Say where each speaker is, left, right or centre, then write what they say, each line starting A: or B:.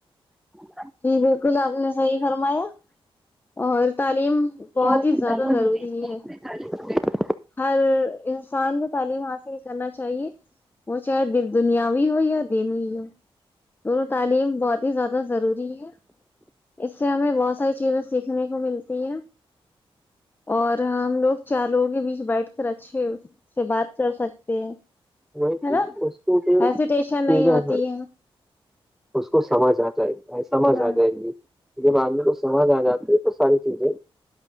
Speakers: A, in the centre; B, on the left.
A: <inaudible>
B: جی بالکل آپ نے صحیح فرمایا <unintelligible> تعلیم بہت
A: ہ
B: ہی
A: برو
B: زیادہ ضروری
A: <inaudible>
B: ہے ہر انسان کو تعلیم حاصل کرنا چاہیے <unintelligible> وہ چاہ دل <unintelligible> دنیا بھی ہو یا دین ہو <unintelligible> دونوں تعلیم بہت ہی زیادہ ضروری ہے اس سے ہمیں بہت ساری چیزیں سیکھنے <unintelligible> ملتی ہے اور ہم لوگ <unintelligible> چاروگے بیچ <unintelligible> بیٹھ کر اچھے سے بات کر سکتے ہیں <unintelligible>
A: وہ چ
B: ہے نا
A: و پ
B: ہیسیٹیشن
A: کہ
B: نہیں
A: گ
B: ہوتی
A: ہے اس کو سمجھنا چاہی گے <unintelligible> ب سمجھ
B: ہاں
A: آ جائے گی <unintelligible> جب آدمی کو سمجھ آ جاتی ہے تو ساری چیزیں <unintelligible>